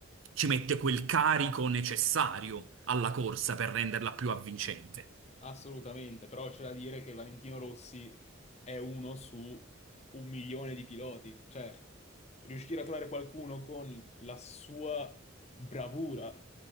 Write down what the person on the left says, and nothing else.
Assolutamente, però c'è da dire che Valentino Rossi è uno su un milione di piloti. Cioè, riuscire a trovare qualcuno con la sua bravura